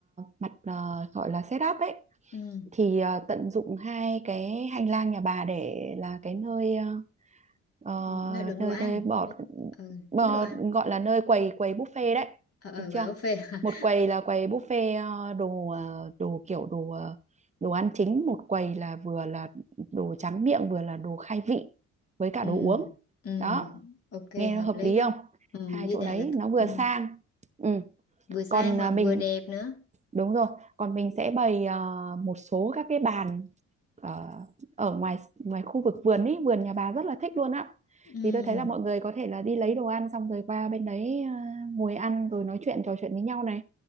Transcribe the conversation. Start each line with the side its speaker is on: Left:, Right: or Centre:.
Right: mặt ờ, gọi là setup ấy
Left: ừ.
Right: thì ờ, tận dụng hai cái hành lang nhà bà để là cái nơi ờ, Ờ,
Left: Nói đừng
Right: nơi
Left: đồ ăn,
Right: nơi bỏ
Left: nói, ừ,
Right: bò,
Left: chứ đồ ăn.
Right: gọi là nơi quầy quầy buffet đấy
Left: Ờ, ờ,
Right: được
Left: gọi
Right: chưa
Left: buffet hả?
Right: một quầy
Left: Ờ,
Right: là quầy buffet ờ, đồ ờ, đồ kiểu đồ ờ, đồ ăn chính một quầy là vừa là đồ tráng miệng vừa là đồ khai vị với cả
Left: ừ,
Right: đồ uống
Left: ừ,
Right: đó
Left: ok
Right: nghe nó
Left: hợp
Right: hợp
Left: lý
Right: lý
Left: đó
Right: không
Left: ừ,
Right: hai
Left: như
Right: chỗ
Left: vậy
Right: đấy
Left: là t-
Right: nó vừa
Left: ừ,
Right: sang ừ.
Left: vừa sang
Right: còn
Left: mà
Right: à,
Left: vừa
Right: mình
Left: đẹp nữa
Right: Đúng rồi, còn mình sẽ bày ờ, một số các cái bàn ờ, ở ngoài ngoài khu vực vườn ý, vườn nhà bà rất là thích luôn á.
Left: ừ,
Right: Thì tôi thấy là mọi người có thể là đi lấy đồ ăn xong rồi qua bên đấy ờ, ngồi ăn rồi nói chuyện trò chuyện với nhau này.